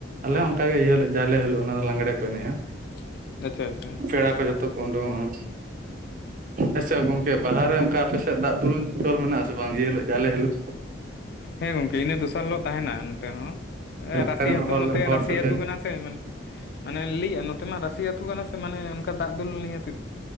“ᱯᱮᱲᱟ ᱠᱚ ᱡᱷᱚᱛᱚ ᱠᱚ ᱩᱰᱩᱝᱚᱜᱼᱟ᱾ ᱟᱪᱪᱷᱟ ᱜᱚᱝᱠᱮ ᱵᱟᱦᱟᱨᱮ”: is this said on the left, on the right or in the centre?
Right